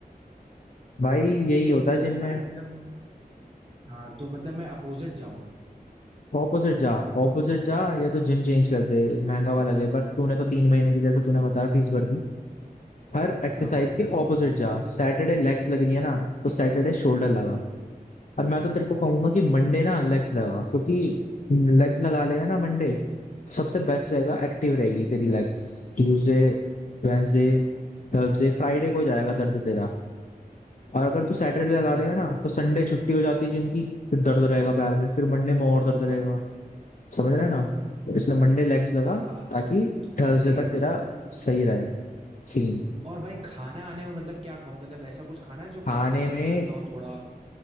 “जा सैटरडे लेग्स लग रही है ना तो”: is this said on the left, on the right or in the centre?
Left